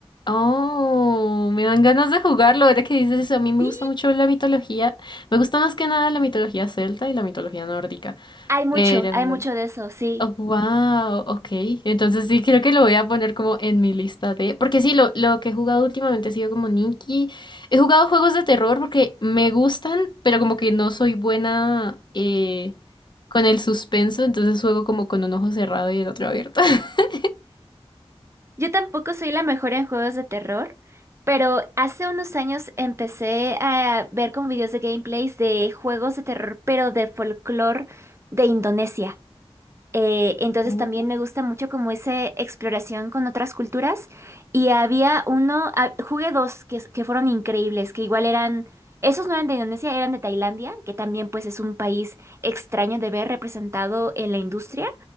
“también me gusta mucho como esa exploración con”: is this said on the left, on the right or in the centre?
Right